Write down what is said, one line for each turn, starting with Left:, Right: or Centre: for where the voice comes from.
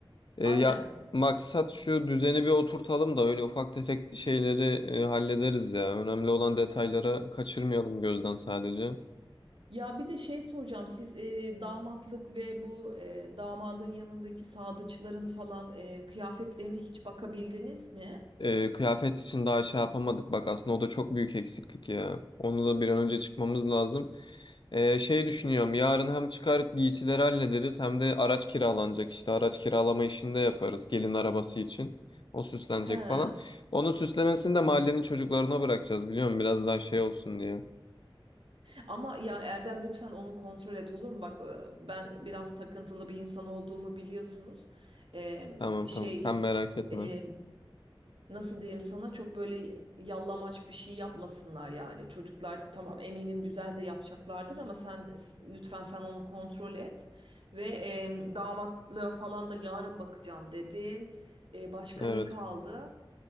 Left: E,
Right: Aynen.
Left: ya maksat şu düzeni bir oturtalım da öyle ufak tefek şeyleri e, hallederiz ya. Önemli olan detaylara kaçırmayalım gözden sadece.
Right: Ya bir de şey soracağım. Siz e, damatlık ve bu e, damadın yanındaki sadıçların falan e, kıyafetlerine hiç bakabildiniz mi?
Left: Ee, kıyafet için daha şey yapamadık bak aslında o da çok büyük eksiklik ya. Onu da bir an önce çıkmamız lazım. Ee, şey düşünüyorum yarın hem çıkar giysileri hallederiz hem de araç kiralanacak işte araç kiralama işini de yaparız gelin arabası için. O süslenecek
Right: He.
Left: falan. Onun süslemesini de mahallenin çocuklarına bırakacağız biliyor musun? Biraz daha şey olsun diye.
Right: Ama ya Erdem lütfen onu kontrol et olur mu? Bak e, ben biraz takıntılı bir insan olduğumu biliyorsunuz. Ee,
Left: Tamam
Right: şey
Left: tamam sen merak etme.
Right: e, nasıl diyeyim sana çok böyle yallamaç bir şey yapmasınlar yani. Çocuklar tamam eminim güzel de yapacaklardır ama sen lütfen sen onu kontrol et. Ve e, damatlığa falan da yarın bakacağım dedin. E, başka
Left: Evet.
Right: ne kaldı?